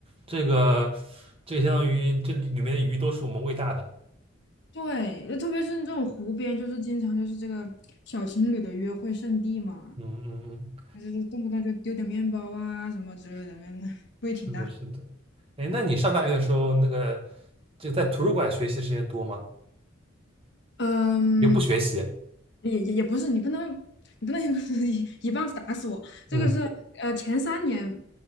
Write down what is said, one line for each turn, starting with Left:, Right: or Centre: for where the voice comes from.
Right: 这个这个相当于这里里面的鱼都是我们喂大的。
Left: 对，就特别是这种湖边，就是经常就是这个小情侣的约会圣地嘛，
Right: 嗯嗯嗯，
Left: 就是动不动就丢点面包啊什么之类的，嗯味挺大。
Right: 是的，是的。哎，那你上大学的时候，那个就在图书馆学习时间多吗？
Left: 嗯，
Right: 你就不学习？
Left: 也也也不是，你不能，你不能 <laughs> 一一棒子打死我。这个是呃前三年
Right: 嗯